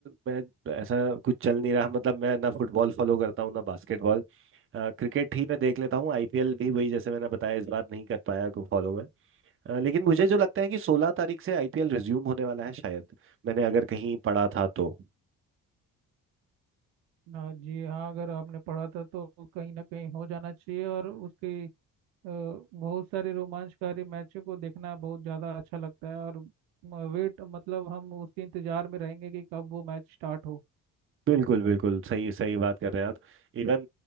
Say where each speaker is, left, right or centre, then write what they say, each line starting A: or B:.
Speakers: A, on the right; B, on the right.
A: मैं ऐसा कुछ चल नहीं रहा मतलब मैं ना फुटबॉल फॉलो करता हूँ ना बास्केटबॉल अ, क्रिकेट ही मैं देख लेता हूँ आईपीएल भी वही जैसे मैंने बताया इस बार नहीं कर पाया को फॉलो में अ, लेकिन मुझे जो लगता है कि सोलह तारीख से आईपीएल रिज्यूम होने वाला है शायद मैंने अगर कहीं पढ़ा था तो
B: हाँ जी हाँ अगर आपने पढ़ा था तो कहीं ना कहीं हो जाना चाहिए और उसकी अ, बहुत सारे रोमांचकारी मैचों को देखना बहुत ज़्यादा अच्छा लगता है और वेट मतलब हम उसके इंतजार में रहेंगे कि कब वो मैच स्टार्ट हो
A: बिल्कुल बिल्कुल सही सही बात कर रहे हैं आप इवन